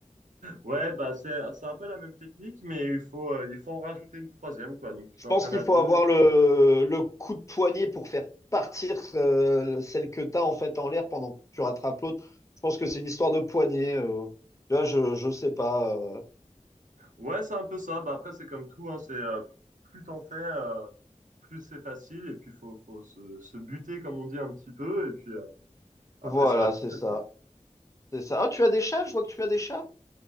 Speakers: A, on the right; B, on the left.
A: Ouais, bah c'est c'est un peu la même technique mais il faut euh, il faut en rajouter une troisième quoi. Donc tu
B: Je
A: t'entraînes
B: pense qu'il
A: à
B: faut
A: deux.
B: avoir le,
A: et-
B: le coup de poignet pour faire partir euh, celle que tu as en fait en l'air pendant que tu rattrapes l'autre. Je pense que c'est une histoire de poignet. euh. Là, je, je sais pas. euh.
A: Ouais, c'est un peu ça. Bah après c'est comme tout hein, c'est euh, plus t'en fais euh, plus c'est facile et puis faut faut se, se buter comme on dit un petit peu et puis euh, après
B: Voilà,
A: ça va tout
B: c'est
A: seul
B: ça.
A: quoi.
B: C'est ça. Ah, tu as des chats? Je vois que tu as des chats.